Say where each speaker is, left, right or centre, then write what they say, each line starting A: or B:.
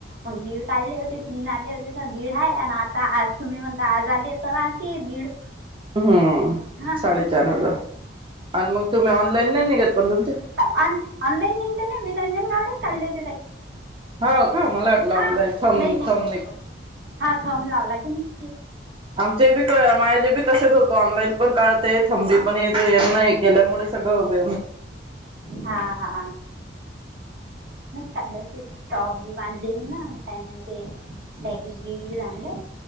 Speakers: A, on the right; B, on the right.
A: मग दीड काढले होते तीन, आले होते दीडा हाय आणि आता आज तुम्ही म्हण दहा झालेत आज ते दीड
B: हम्म
A: हा
B: साडेचार हजार आणि मग तुम्ही ऑनलाईन नाही निघत पण तुमचे
A: ऑ ऑनलाईन निघते ना विनंजन लावणेच काढले होते ताई.
B: हो का मला वाटलं
A: हा
B: ऑनलाईन थंब
A: नाही नाही
B: थंब निघ
A: हा थम्म लावला की निघते.
B: आ चेबी माझ जे बी तसेच होत. ऑनलाईन पण काडते थम बी पण येत यांना हे केल्यामुळे सगळं उभ
A: हा हा काडले होते. टॉप बीप आणले मीन, काय म्हण ते लेगिज बिगीज आणले.